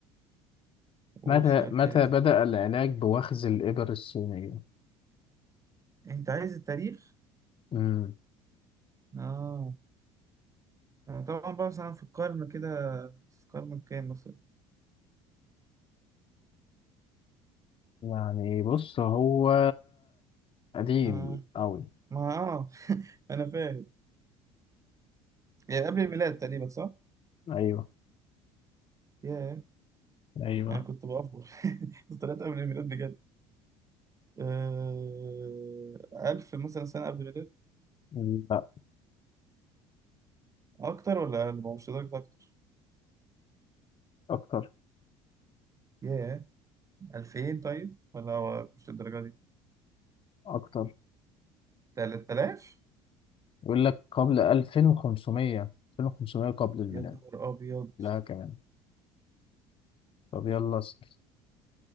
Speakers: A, on the right (about 20°); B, on the left (about 35°).
A: قول
B: متى
A: سؤال
B: متى
A: تاني بس
B: بدأ العلاج بوخز الإبر الصينية؟
A: أنت عايز التاريخ؟
B: امم
A: آه أنا طبعا بقى مثلا في القرن كده في القرن كام مثلا؟
B: يعني بص هو قديم
A: آه
B: أوي
A: ما آه <laughs> أنا فاهم يعني قبل الميلاد تقريبا صح؟
B: أيوه
A: ياه
B: أيوه
A: أنا كنت بأفور <laughs> طلعت قبل الميلاد بجد آه، ألف مثلا سنة قبل الميلاد
B: لا
A: أكتر ولا أقل؟ ما هو مش لدرجة أكتر
B: أكتر
A: ياه ألفين طيب ولا هو مش للدرجة دي
B: أكتر
A: تلات آلاف
B: يقول لك قبل 2500 2500 قبل الميلاد
A: يا نهار أبيض
B: لا كمان طب يلا اسأل